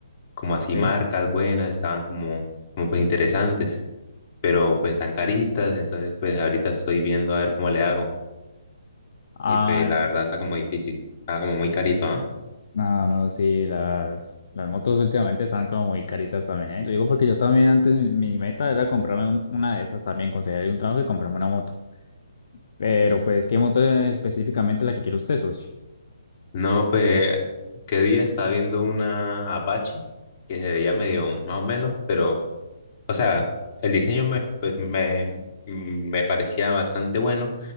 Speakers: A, on the left; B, on the left.
A: como así
B: ¿Sí?
A: marcas buenas, estaban como como pues interesantes pero pues están caritas, entonces pues ahorita estoy viendo a ver cómo le hago
B: Ah,
A: y pues la verdad está como difícil, está como muy carito, ¿ah?
B: no, no, sí, las, las motos últimamente están como muy caritas también, ¿eh? Lo digo porque yo también antes mi, mi meta era comprarme un- una de esas también, conseguir un trabajo y comprarme una moto. Pero pues, ¿qué moto es específicamente la que quiere usted, socio?
A: No, pues, qué día estaba viendo una Apache que se veía medio más o menos, pero, o sea, el diseño me, pues, me, me parecía bastante bueno,